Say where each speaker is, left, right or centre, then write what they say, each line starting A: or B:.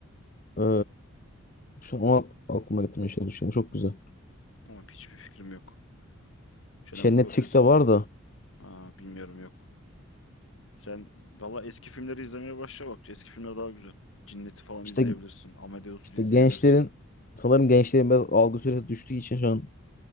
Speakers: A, on the left (about 40°); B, on the left (about 65°).
A: Ee, şu an onu aklıma getirmeye çalışıyorum. Çok güzel.
B: Ama hiçbir fikrim yok. Jennifer
A: Şey Netflix'te
B: Lopez.
A: var da
B: Ha, bilmiyorum yok. Sen valla eski filmleri izlemeye başla bak. Eski filmler daha güzel. Cinnet'i falan
A: işte
B: izleyebilirsin. Amadeus'u
A: işte
B: izleyebilirsin.
A: gençlerin sanırım gençlerin biraz algı süresi düştüğü için şu an